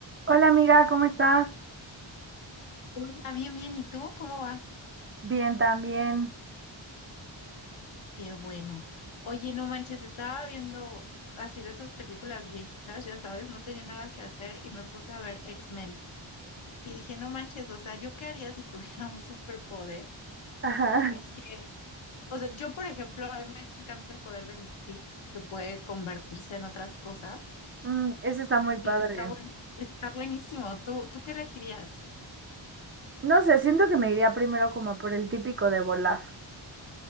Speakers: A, on the right; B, on the left.
A: Hola amiga, ¿cómo estás?
B: Hola, bien, bien. ¿Y tú cómo vas?
A: Bien, también.
B: Qué bueno. Oye, no manches, estaba viendo así de esas películas viejitas, ya sabes, no tenía nada que hacer y me puse a ver X-Men. Y dije, no manches, o sea, ¿yo qué haría si <laughs> tuviera un superpoder?
A: Ajá.
B: Y dije, o sea, yo, por ejemplo, a mí me encanta el poder de mi que puede convertirse en otras cosas.
A: Mm, eso está muy padre.
B: Dije, está buen- está buenísimo. ¿Tú, tú qué elegirías
A: No sé, siento que me iría primero como por el típico de volar.